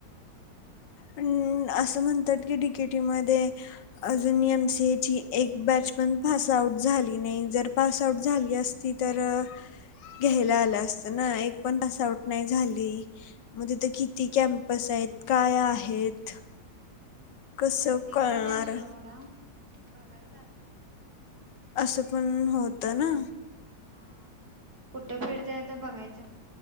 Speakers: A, on the left; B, on the right.
A: हू. म्हणतात कीे डि के टी मध्ये अजून एमसीएची एक बैच पण. झाली नाही जर पास आऊट झाली असती तर. घ्यायला आलं असत ना एक पण तस आउट नाही झाली मगथ किती कॅम्पस आहेत. काय आहेत. कसं
B: होय ते
A: कळणार
B: पण आहे सोडा सडा बघायच आता.
A: असं पण होतं ना.
B: हा कुठं फिडतय आता बघायचं.